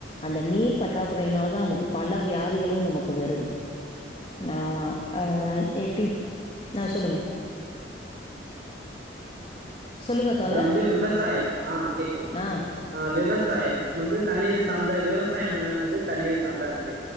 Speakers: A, on the left; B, on the right.
A: அந்த நீர் பற்றாக்கு குறைனால தா நமக்கு பல வியாதிகளு நமக்கு வருது ஆ
B: கண்டிப்பா
A: ஆ
B: தோழி
A: நீர்த்தி அ சொல்லுங்க சொல்லுங்க
B: அப்றோ
A: தோழர்
B: வந்து விவசாயம் ஆ கேக்குது தோழி
A: ஆ
B: ஆ விவசாயம் வந்து தண்ணீர சார்ந்த விவசாயம் என்னாகுது தண்ணீர் சார்ந்தா இருக்கு